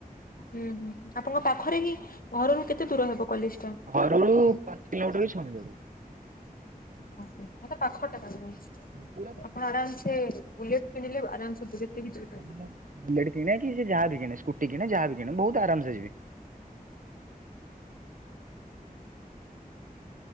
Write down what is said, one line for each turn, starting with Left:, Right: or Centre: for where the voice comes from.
Left: ହୁଁ ହୁଁ ଆପଣଙ୍କ ପାଖରେ ହିଁ ଘରରୁ କେତେ ଦୂର ହବ କଲେଜ୍।
Right: ଘରୁ ଉ ପାଞ୍ଚ କିଲୋମିଟର କି ଛଅ କିଲୋମିଟର।
Left: ଓହୋ ତ ମାନେ ପାଖଟା ତାହାଲେ।
Right: ପୁରା ପାଖ।
Left: ଆପଣ ଆରାମସେ ବୁଲେଟ କିଣିଲେ ଆରାମସ ବୁଲେଟ ରେ ଯିବେ।
Right: ଆମ ବୁଲେଟ କିଣେ ସେ ଯାହାବି କିଣେ ସ୍କୁଟି କିଣେ ଯାହାବି କିଣେ ବହୁତ ଆରାମ ସେ ଯିବି।